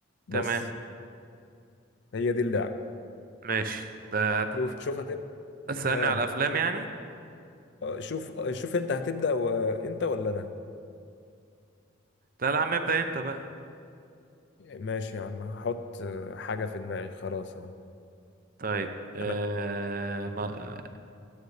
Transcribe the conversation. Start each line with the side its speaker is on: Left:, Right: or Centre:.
Left: بس
Right: تمام
Left: هي دي اللعبه
Right: ماشي ده هت-
Left: شوف شوف هتبدا
Right: اسألني
Left: ها
Right: على الافلام
Left: شوف
Right: يعني
Left: آه، شوف آه، شوف انت هتبدا و... انت ولا انا
Right: لا لا يا عم ابدأ انت بقى
Left: ماشي يا عم هحط آه، حاجة في دماغي خلاص اه
Right: طيب آه...
Left: انا
Right: ما...